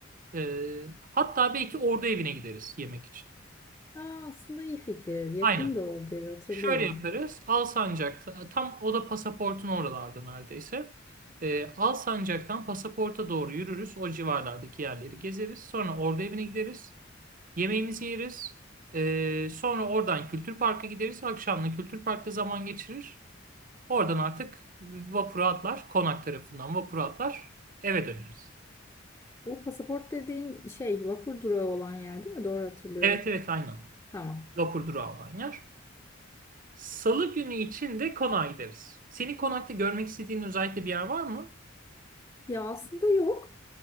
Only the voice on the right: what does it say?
Ee, hatta belki orada evine gideriz yemek için.
Aynen.
Şöyle yaparız. Alsancak'ta tam o da pasaportun oralarda neredeyse. Ee, Alsancak'tan pasaporta doğru yürürüz. O civarlardaki yerleri gezeriz. Sonra orada evine gideriz. Yemeğimizi yeriz. Ee, sonra oradan Kültür Park'a gideriz. Akşamla Kültür Park'ta zaman geçirir. Oradan artık vapura atlar. Konak tarafından vapura atlar. Eve döneriz.
Evet evet aynen.
Vapur durağı olan yer. Salı günü için de konağa gideriz. Senin konakta görmek istediğin özellikle bir yer var mı?